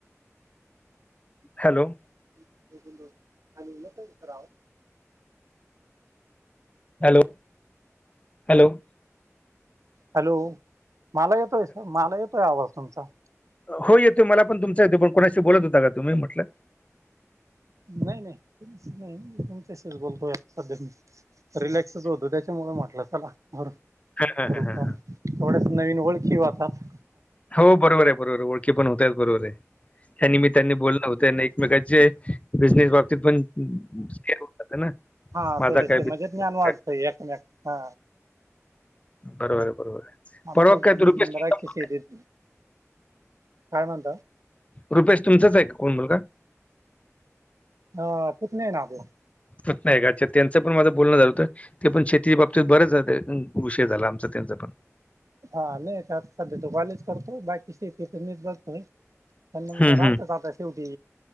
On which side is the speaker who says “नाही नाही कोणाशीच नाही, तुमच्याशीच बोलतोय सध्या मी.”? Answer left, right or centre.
Right